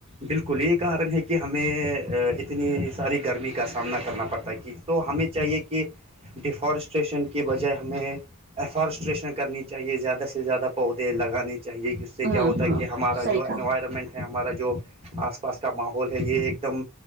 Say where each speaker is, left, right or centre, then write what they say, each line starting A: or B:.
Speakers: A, on the right; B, on the right.
A: بالکل یہ کارن ہے کہ ہمیں اتنی ساری گرمی کا سامنا کرنا پڑتا ہے کہ تو ہمیں چاہیے کہ ڈیفارسٹریشن کے بجائے ہمیں افارسٹریشن کرنی چاہیے زیادہ سے زیادہ پودے لگانے چاہیے کہ اس سے کیا
B: ہاں
A: ہوتا
B: ہاں
A: ہے کہ ہمارا
B: صحیح
A: جو انوائرمنٹ
B: کہا
A: ہمارا جو آس پاس کا ماحول ہے یہ ایک دم